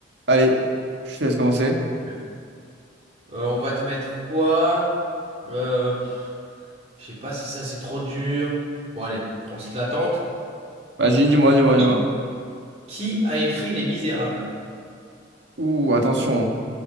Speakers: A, on the right; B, on the right.
A: Allez, je te laisse commencer.
B: Ok. Euh, on va te mettre quoi? Euh, pff, je sais pas si ça c'est trop dur. Bon allez, on se la tente.
A: Vas-y, dis-moi, dis-moi,
B: Qui
A: dis-moi.
B: qui a écrit Les Misérables?
A: Ouh, attention.